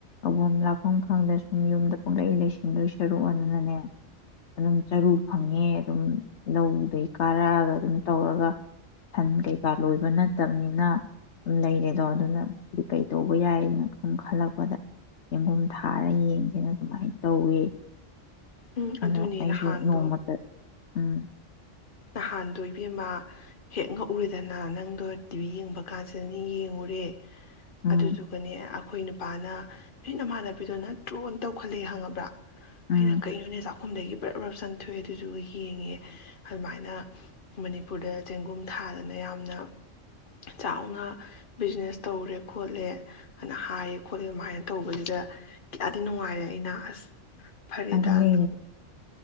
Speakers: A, on the left (about 65°); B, on the left (about 45°).
A: ꯑꯃ ꯂꯄ ꯃꯐꯝ ꯈꯪꯗ ꯁꯨꯝ ꯌꯨꯝꯗ ꯄꯣꯛꯂꯩ ꯂꯩꯁꯤꯡꯗꯣꯏ ꯁꯔꯨꯛ ꯑꯗꯨ ꯑꯗꯨꯅꯅꯦ ꯑꯗꯨꯝ ꯆꯔꯨ ꯐꯪꯉꯦ ꯑꯗꯨꯝ ꯂꯧꯗꯩ ꯀꯥꯔꯛꯑꯒ ꯑꯗꯨꯝ ꯇꯧꯔꯒ ꯁꯟ ꯀꯩꯀꯥ ꯂꯣꯏꯕ ꯅꯠꯇꯕꯅꯤꯅ ꯑꯗꯨꯝ ꯂꯩꯔꯦꯗꯣ ꯑꯗꯨꯅ ꯁꯤꯗꯤ ꯀꯩ ꯇꯧꯕ ꯌꯥꯏꯗꯅ ꯁꯨꯝ ꯈꯜꯂꯛꯄꯗ ꯆꯦꯡꯒꯣꯨꯝ ꯊꯥꯔ ꯌꯦꯡꯁꯦꯅ ꯑꯗꯨꯃꯥꯏꯅ ꯇꯧꯋꯦ
B: ꯎꯝ
A: ꯑꯗꯣ
B: ꯑꯗꯨꯅꯦ
A: ꯑꯩꯁꯨ
B: ꯅꯍꯥꯟꯗꯣ
A: ꯅꯣꯡꯃꯇ ꯎꯝ
B: ꯅꯍꯥꯟꯗꯣ ꯏꯕꯦꯝꯃ ꯍꯦꯛ ꯉꯛꯎꯔꯦꯗꯅ ꯅꯪꯗꯣ ꯇꯤꯚꯤ ꯌꯦꯡꯕ ꯀꯥꯟꯁꯤꯗꯅꯦ ꯌꯦꯡꯉꯨꯔꯦ
A: ꯎꯝ
B: ꯑꯗꯨꯗꯨꯒꯅꯦ ꯑꯩꯈꯣꯏ ꯅꯨꯄꯥꯅ ꯅꯣꯏ ꯅꯃꯥꯟꯅꯕꯤꯗꯣ ꯅ ꯇ꯭ꯔꯣꯟ ꯇꯧꯈꯠꯂꯦ ꯈꯪꯉꯕ꯭ꯔꯥ
A: ꯎꯝ
B: ꯑꯩꯅ ꯀꯩꯅꯣꯅꯦ ꯆ ꯑꯈꯨꯝꯗꯒꯤ ꯕ꯭ꯔꯞ ꯕ꯭ꯔꯞ ꯆꯥꯊꯣꯛꯑꯦ ꯑꯗꯨꯗꯨꯒ ꯌꯦꯡꯉꯦ ꯑꯗꯨꯃꯥꯏꯅ ꯃꯅꯤꯄꯨꯔꯗ ꯆꯦꯡꯒꯨꯝ ꯊꯥꯗꯅ ꯌꯥꯝꯅ ꯆꯥꯎꯅ ꯕꯤꯖꯤꯅꯦꯁ ꯇꯧꯔꯦ ꯈꯣꯠꯂꯦ ꯑꯗꯨꯅ ꯍꯥꯏꯌꯦ ꯈꯣꯠꯂꯦ ꯑꯗꯨꯃꯥꯏꯅ ꯇꯧꯕꯁꯤꯗ ꯀꯌꯥꯗꯤ ꯅꯨꯡꯉꯥꯏꯔꯦ ꯑꯩꯅ ꯑꯁ ꯐꯔꯦꯗ
A: ꯑꯗꯨꯅꯦ
B: ꯅꯪ